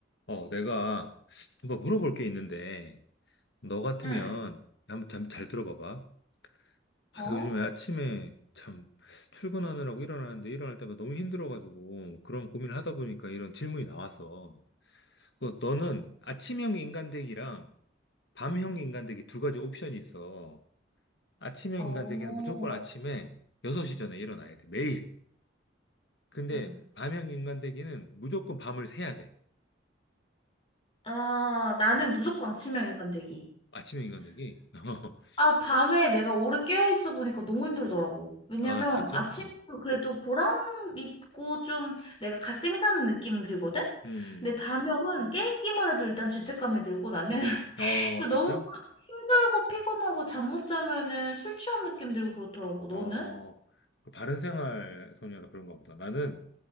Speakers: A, on the left; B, on the left.
A: 어, 내가 한번 물어볼 게 있는데, 너 같으면
B: 응.
A: 한번 잠- 잘 들어봐봐. 아,
B: 어?
A: 나 요즘에 아침에 참 출근하느라고 일어나는데 일어날 때마다 너무 힘들어가지고 그런 고민을 하다 보니까 이런 질문이 나왔어. 그 너는 아침형 인간되기랑 밤형 인간되기 두 가지 옵션이 있어. 아침형
B: 어.
A: 인간되기는 무조건 아침에 6시 전에 일어나야 돼. 매일. 근데
B: 응
A: 밤형 인간되기는 무조건 밤을 새야 돼.
B: 아, 나는
A: 어,
B: 무조건 아침형 인간 되기.
A: 아침형 인간되기? <laughs>
B: 아, 밤에 내가 오래 깨어 있어 보니까 너무 힘들더라고. 왜냐면
A: 아, 진짜?
B: 아침에
A: 응.
B: 그래도 보람 있고 좀 내가 갓 생사는 느낌은 들거든?
A: 음,
B: 근데 밤형은 깨있기만 해도 일단 죄책감이 들고 나는
A: 음.
B: <laughs>
A: 어, 진짜?
B: 너무 힘들고 피곤하고 잠 못 자면은 술 취한 느낌 들고 그렇더라고. 너는?
A: 어, 그 바른생활 소녀라 그런가 보다. 나는